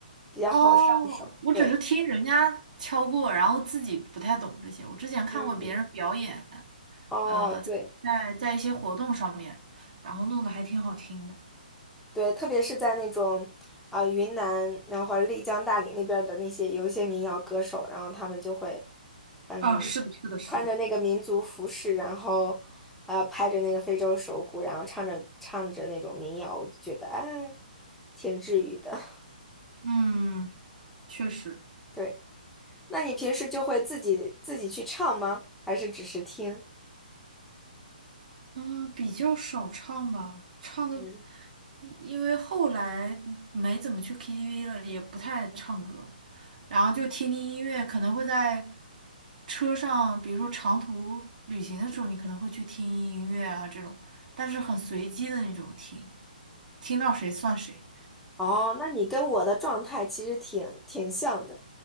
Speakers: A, in the centre; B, on the right.
A: 比较好上手。
B: 哦，我只是听人家敲过，
A: 对，
B: 然后自己不太懂这些。我之前看过别人表演，
A: 嗯嗯，哦，
B: 呃，在在在一些活动上面，
A: 对
B: 然后弄得还挺好听的。
A: 对，特别是在那种啊、云南，然后或者丽江、大理那边儿的那些有一些民谣歌手，然后他们就会嗯
B: 啊，是的，是的，是的。
A: 穿着那个民族服饰，然后啊拍着那个非洲手鼓，然后唱着唱着那种民谣，我就觉得哎挺治愈的。<laughs>
B: 嗯，确实。
A: 对。那你平时就会自己自己去唱吗？还是只是听？
B: 嗯，比较少唱吧，唱的。
A: 嗯，
B: 因为后来没怎么去 KTV 了，也不太唱歌，然后就听听音乐，可能会在车上，比如说长途旅行的时候，你可能会去听音乐啊这种，但是很随机的那种听，听到谁算谁，
A: 哦，那你跟我的状态其实挺挺像的，